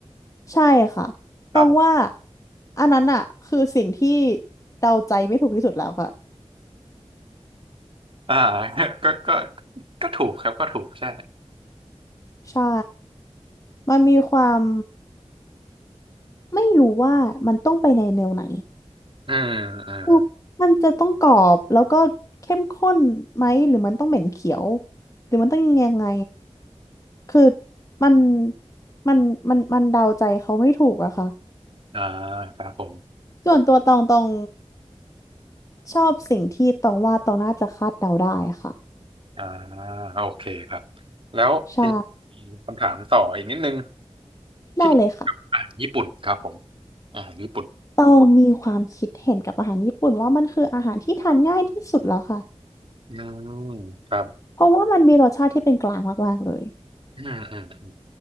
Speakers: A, on the left; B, on the right.
A: ใช่ค่ะต้องว่า
B: ครับผม
A: อันนั้นอะคือสิ่งที่เดาใจไม่ถูกที่สุดแล้วค่ะ
B: อ่า <laughs> ก็ก็ก็ถูกครับก็ถูกใช่
A: ใช่มันมีความไม่รู้ว่ามันต้องไปในแนวไหน
B: อืมอืม
A: คือมันจะต้องกรอบแล้วก็เข้มข้นไหมหรือมันต้องเหม็นเขียวหรือมันต้องยังไงคือมันมันมันมันเดาใจเขาไม่ถูกอะค่ะ
B: อ่าครับผม
A: ส่วนตัวตองตองชอบสิ่งที่ตองว่าตองน่าจะคาดเดาได้ค่ะ
B: อ่าโอเคครับแล้วทีนี้มีคำถามต่ออีกนิดนึง
A: ใช่ได้เลยค่ะ
B: คิดอ่าญี่ปุ่นครับผมอ่าญี่ปุ่น
A: ตองมีความคิดเห็นกับอาหารญี่ปุ่นว่ามันคืออาหารที่ทานง่ายที่สุดแล้วค่ะ
B: อืมครับ
A: เพราะว่ามันมีรสชาติที่เป็นกลางมาก ๆ เลย
B: อืมอืมอืม